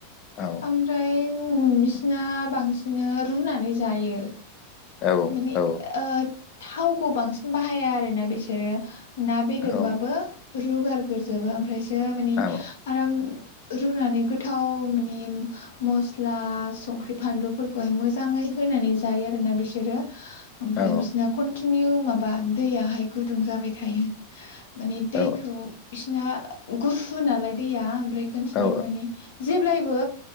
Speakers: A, on the left; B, on the left.
A: औ
B: ओमफ्राय औ बिसना बांसिन रुनानै जायो।
A: औ
B: माने
A: औ
B: ओद थावखौ बांसिन बाहाया <unintelligible> बिसोरो ना बेदरबाबो
A: औ
B: रुगार, गोरजोबो ओमफ्राय <unintelligible> मानि
A: औ
B: आराम रुनानै गोथाव माने मस्ला संख्रि फानलुफोरखौहाय मोजाङै होनानै जायो आरोना बिसोरो ओमफ्राय
A: औ
B: बिसिना खनथि कतिनिनु माबा दैयाहाय गुदुं जाबाय थायो, माने दैखौ
A: औ
B: बिसिना, गुफु नालाय दैया ओमफ्राय मोनथिनो
A: औ
B: माने जे जेब्लायबो